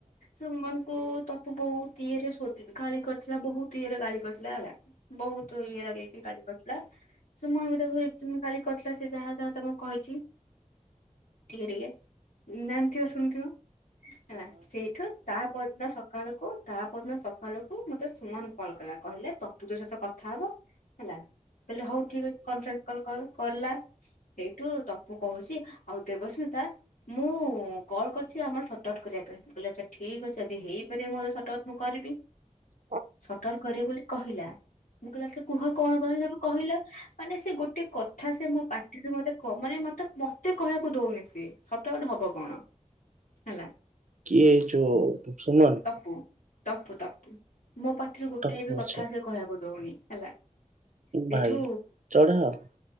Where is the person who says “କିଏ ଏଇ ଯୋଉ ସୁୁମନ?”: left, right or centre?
Right